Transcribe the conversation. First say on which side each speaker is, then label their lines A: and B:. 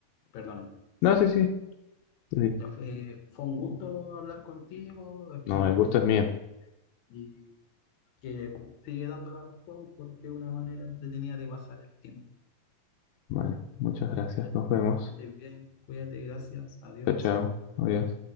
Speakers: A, on the left (about 65°); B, on the left (about 85°).
A: perdón,
B: No, sí, sí, sí.
A: Ya fue, fue un gusto hablar contigo, espero
B: No, el
A: que
B: gusto
A: te encuentres
B: es mío.
A: y que sigue dándole a los juegos porque es una manera entretenida de pasar el tiempo.
B: Bueno, muchas gracias.
A: Que
B: Nos vemos.
A: estés bien, cuídate, gracias, adiós.
B: Chao, chao. Adiós.